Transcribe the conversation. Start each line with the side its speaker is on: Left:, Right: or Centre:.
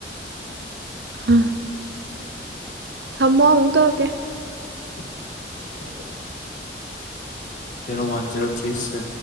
Right: ꯍꯥꯥ ꯊꯝꯃꯣ ꯑꯃꯨꯛ ꯇꯧꯔꯛꯀꯦ
Left: ꯣ ꯋꯥꯟ ꯖꯔꯣ ꯊ꯭ꯔꯤꯚ